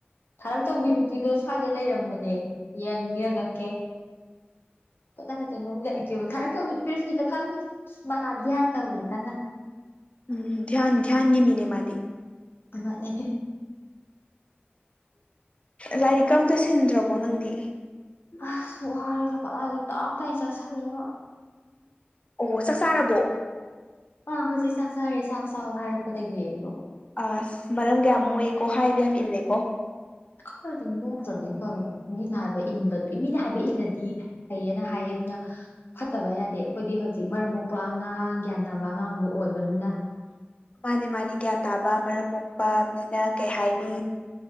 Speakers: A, on the left; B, on the left.
A: ꯊꯥꯔ ꯇꯧꯕꯤ ꯅꯨꯄꯤꯗꯣ ꯁ꯭ꯋꯥꯏꯗ ꯂꯩꯔꯝꯕꯅꯦ ꯌꯦ ꯌꯦꯡꯉꯛꯀꯦ ꯀꯗꯥ ꯍꯥꯏꯗꯅꯣ ꯑꯃꯗ ꯑꯩꯒꯦꯕ ꯊꯥꯔꯛ ꯇꯧꯤꯅꯦ ꯄꯤꯔꯤꯁ ꯈꯤꯇ ꯐꯝꯃꯤ ꯃꯥ ꯙ꯭ꯌꯥꯟ ꯇꯧꯋ ꯀꯟꯅ
B: ꯎꯝ ꯙ꯭ꯟ ꯙ꯭ꯟꯒꯤ ꯃꯤꯅꯦ ꯃꯥꯗꯤ
A: ꯃꯥꯅꯦ
B: ꯂꯥꯏꯔꯤꯛ ꯑꯃꯝꯇ ꯁꯤꯟꯗ꯭ꯔꯕꯣ ꯅꯪꯗꯤ
A: ꯑꯁ ꯋꯥꯔꯦꯗ ꯀꯂꯗꯦ ꯇꯥꯞꯇ ꯑꯩ ꯆꯥꯁꯜꯂꯦꯕ
B: ꯑꯣ ꯆꯥꯛ ꯆꯥꯔꯕꯣ
A: ꯑꯥ ꯍꯧꯖꯤꯛ ꯆꯥꯛ ꯆꯥꯔꯦ ꯆꯥꯛ ꯆꯥꯛ ꯍꯥꯏꯔꯛꯄꯗꯒꯤ ꯑꯩꯗꯣ
B: ꯑ ꯃꯔꯝ ꯀꯌꯥꯝ ꯃꯣꯛꯑꯦꯀꯣ ꯍꯥꯏꯕ ꯌꯥꯝ ꯏꯜꯂꯦꯀꯣ
A: ꯅꯣꯛꯇ꯭ꯔꯕꯗꯤꯪ ꯃꯤꯅ ꯍꯥꯏꯕ ꯏꯟꯕ ꯃꯤꯅ ꯍꯥꯏꯕ ꯏꯜꯂꯗꯤ ꯂꯩꯌꯦꯅ ꯍꯥꯏꯌꯦ ꯑꯗꯨꯅ ꯐꯠꯇꯕ ꯌꯥꯗꯦ ꯑꯩꯈꯣꯏꯗꯤ ꯍꯧꯖꯤꯛ ꯃꯔꯛ ꯃꯄ ꯑꯉꯥꯡ ꯒ꯭ꯌꯥꯟ ꯇꯥꯕ ꯑꯉꯥꯡꯗꯣ ꯑꯣꯏꯕꯅꯤꯅ
B: ꯃꯥꯅꯦ ꯃꯥꯅꯦ ꯒ꯭ꯌꯥꯟ ꯇꯥꯕ ꯃꯔꯝ ꯃꯣꯛꯄ ꯃꯤꯅ ꯀꯩ ꯍꯥꯏꯅꯤ